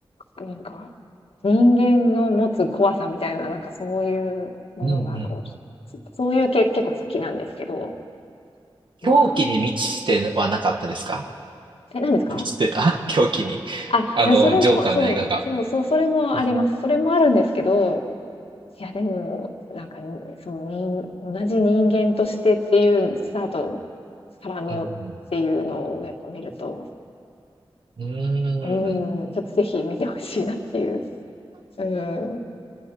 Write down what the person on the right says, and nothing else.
うんうん。
狂気に満ちてはなかったですか
満ちてた <laughs> 狂気に。
あの、
ジョーカーの映画が。
う
んうん。うーん。